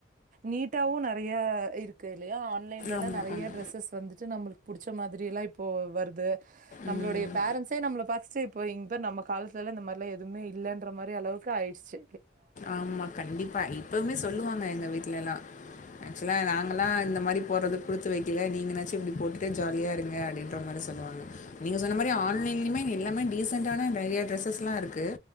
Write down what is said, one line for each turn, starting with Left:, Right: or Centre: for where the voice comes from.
Right: நீட்டாவு நெறைய இருக்கு இல்லையா ஆன் லைன்லல்லா
Left: ஆமா
Right: நெறைய
Left: ஆமா
Right: டிரெஸ்ஸ வந்துட்டு நம்ளுக்கு பிடிச்ச மாரிலாம் இப்போ வருது நம்மளுடைய
Left: ம்
Right: பேரண்ட்ஸே நம்மல பாத்துட்டு இப்ப இங்க பாரு நம் காலத்தல இந்த மாரிலா எதுவுமே இல்லன்ற மாரி அளவுக்கு ஆயிடுச்சி
Left: ஆமா கண்டிப்பா இப்பவுமே சொல்லுவாங்க எங்க வீட்ல எல்லா ஆக்சுவலா நாங்கல்லா இந்த மாரி போறத குடுத்து வெக்கல நீங்கனாச்சு இப்டி போட்டுட்டு ஜாலியா இருங்க அப்டின்ற மாரி சொ ல்லுவாங்க நீங்க சொன்ன மாரி ஆன்லைன்யுமே எல்லாமே டீசன்டான நெறைய டிரெஸ்சஸ் எல்லா இருக்கு